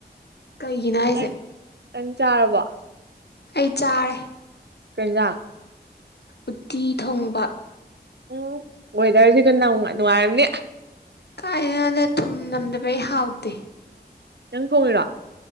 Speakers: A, on the left; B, on the right.
A: ꯀꯩꯒꯤꯅꯣ ꯍꯥꯏꯁꯦ
B: ꯅꯪ ꯅꯪ ꯆꯥꯔꯕꯣ
A: ꯑꯩ ꯆꯥꯔꯦ
B: ꯀꯩꯖꯥꯡ
A: ꯎꯠꯇꯤ ꯊꯣꯡꯕ
B: ꯎꯝ ꯋꯦꯗꯔꯁꯤꯒ ꯅꯧꯅ ꯅꯨꯡꯉꯥꯏꯔꯝꯅꯤ
A: ꯀꯥꯏꯗꯩꯅꯣꯗ ꯊꯨꯝ ꯅꯝꯗꯕꯩ ꯍꯥꯎꯇꯦ
B: ꯅꯪ ꯊꯣꯡꯉꯤꯔꯣ